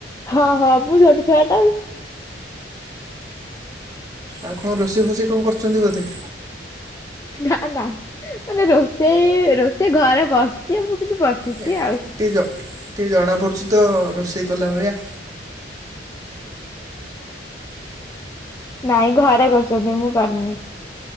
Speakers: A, on the left; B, on the right.
A: ହଁ ହଁ ମୁଁ ଛୋଟ ଛୁଆ ଟା ଆଉ।
B: ଆଉ କଣ ରୋଷେଇ ଫୋସେଇ କଣ କରୁଛନ୍ତି ବୋଧେ?
A: ନା ନା ମାନେ ରୋଷେଇ ରୋଷେଇ ଘରେ ବସିଛି ମୁଁ କିନ୍ତୁ ବସିଛି
B: ଏ
A: ଆଉ।
B: ଟିକେ ଜ ଟିକେ ଜଣା ପଡୁଛି ତ ରୋଷେଇ କଲା ଭଳିଆ।
A: ନାଇଁ ଘରେ କରୁଛନ୍ତି ମୁଁ କରିନି।